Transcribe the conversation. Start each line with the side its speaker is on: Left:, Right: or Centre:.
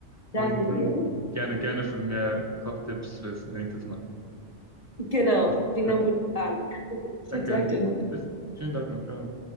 Right: und
Left: Danke
Right: dann
Left: dir.
Right: gerne, gerne für mehr Kochtipps fürs nächste Mal.
Left: Genau,
Right: Das-
Left: klingt
Right: Okay,
Left: nach einem guten Plan. <laughs> Schönen
Right: danke.
Left: Tag dir noch.
Right: Bis, schönen Tag noch. Ciao.